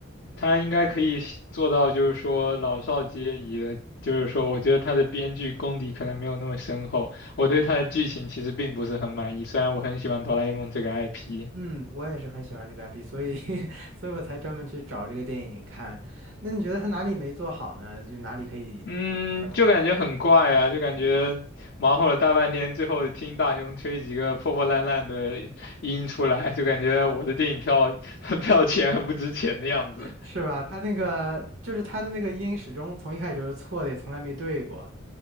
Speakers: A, on the left; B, on the right.
A: 他应该可以写做到，就是说老少皆宜的。就是说，我觉得他的编剧功底可能没有那么深厚，我对他的剧情其实并不是很满意，虽然我很喜欢哆啦 A 梦这个 IP。
B: 嗯，我也是很喜欢这个 IP，所以 <laughs> 所以我才专门去找这个电影看。那你觉得它哪里没做好呢？就哪里可以？
A: 嗯，
B: 的。
A: 就感觉很怪啊，就感觉忙活了大半天，最后听大雄吹几个破破烂烂的音出来，就感觉我的电影票 <laughs> 票钱很不值钱的样子。
B: 是吧？他那个就是他的那个音始终从一开始就是错的，也从来没对过，